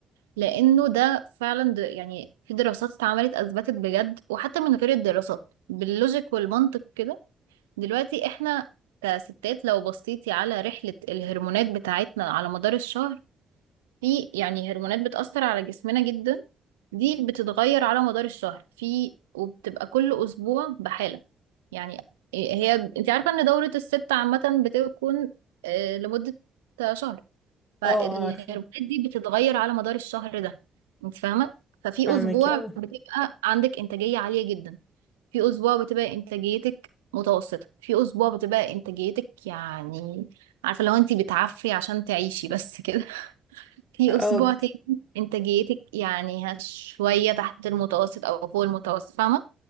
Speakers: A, on the right (about 80°); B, on the left (about 25°).
A: لأنه ده فعلا د- يعني في دراسات اتعملت أثبتت بجد وحتى من غير الدراسات باللوجيك والمنطق كده دلوقتي إحنا كستات لو بصيتي على رحلة الهرمونات بتاعتنا على مدار الشهر في يعني هرمونات بتأثر على جسمنا جدا دي بتتغير على مدار الشهر في وبتبقى كل أسبوع بحالة يعني هي انت عارفة ان دورة الست عامة بتكون آه، لمدة شهر فالهرمونات
B: اه عارفه
A: دي بتتغير على مدار الشهر ده انت فاهمة ففي
B: فاهمك
A: أسبوع
B: اوي
A: بتبقى عندك إنتاجية عالية جدا في أسبوع بتبقى إنتاجيتك متوسطة في أسبوع بتبقى إنتاجيتك يعني عارفة لو انت بتعفري عشان تعيشي بس كده في
B: اه
A: أسبوع
B: بس-
A: تاني إنتاجيتك يعني هش- شوية تحت المتوسط أو فوق المتوسط فاهمة